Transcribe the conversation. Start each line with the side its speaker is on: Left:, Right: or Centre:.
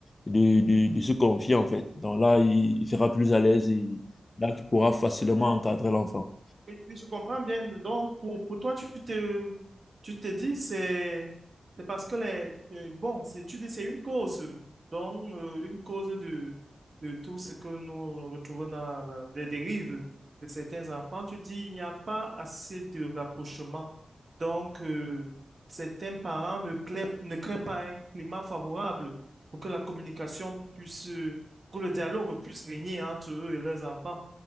Left: de, de, de se confier en fait. Donc là, il, il sera plus à l'aise et là, tu pourras facilement encadrer l'enfant.
Right: Oui, oui, je comprends bien. Donc, pour, pour toi, tu te, tu te dis, c'est c'est parce que les, euh, bon, c'est, tu dis, c'est une cause. Donc, euh, une cause de, de tout ce que nous retrouvons dans la, la- les dérives de certains enfants. Tu dis, il n'y a pas assez de rapprochement. Donc, euh, certains parents ne créent, ne créent pas un climat favorable pour que la communication puisse, euh, pour que le dialogue puisse régner entre eux et leurs enfants.